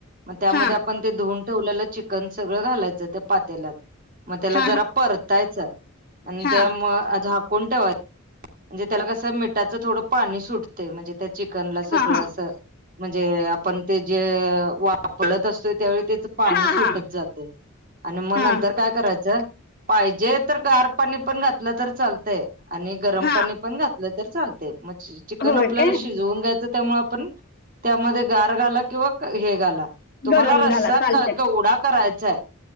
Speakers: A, on the right; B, on the left.
A: मग त्यामध्ये
B: हा
A: आपण ते धुऊन ठेवलेलं चिकन सगळ घालायच त्या पातेल्यात मग त्याला
B: हा
A: जरा परत तायच आणि
B: हा
A: त्यामुळ, हा झाकून ठेवायचं. म्हणजे त्याला कसं मिठाचं थोडं पाणी सुटतय म्हणजे त्या चिकनला सगळं
B: हा हा
A: असं. म्हणजे आपण ते जे वाफळत असतोय त्यावेळी त्याच पाणी
B: हा
A: सुटत
B: हा
A: जातंत आणि मग
B: हा
A: नंतर काय करायचं पाहिजे तर गार पाणी पण घातलं तर चालतंय आणि गरम
B: हा
A: पाणी पण घातलं तर चालतत मग चिकन
B: होय
A: आपल्याला
B: काय
A: शिजवून घ्यायचं त्यामुळे आपण त्यामध्ये गार घाला किंवा हे घाला. तुम्हाला
B: गरम घाला
A: रस्सा
B: चालते
A: केवढा करायचाय